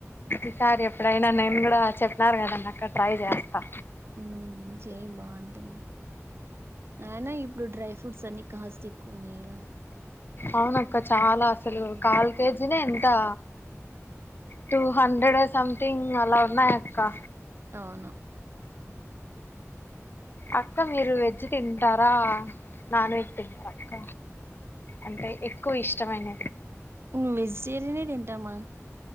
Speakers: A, on the left; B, on the right.
A: ఈసారి ఎప్పుడైనా నేను కూడా చెప్నారు కదండక్క ట్రై చేస్తా
B: ఉమ్ చేయి బాగుంటుంది అయినా ఇప్పుడు డ్రై ఫ్రూట్స్ అన్ని కాస్ట్ ఎక్కువ ఉన్నాయి కదా
A: అవునక్క చాలా అసలు
B: ఉమ్,
A: కాల్ కేజీనే తా టూ హండ్రెడ్ సమ్థింగ్ అలా ఉన్నాయక్క
B: అవును
A: అక్క మీరు వెజ్ తింటారా నాన్ వెజ్ తింటారక్క అంటే ఎక్కువిష్టమైన
B: <unintelligible> వెజిటేరియనే తింటామా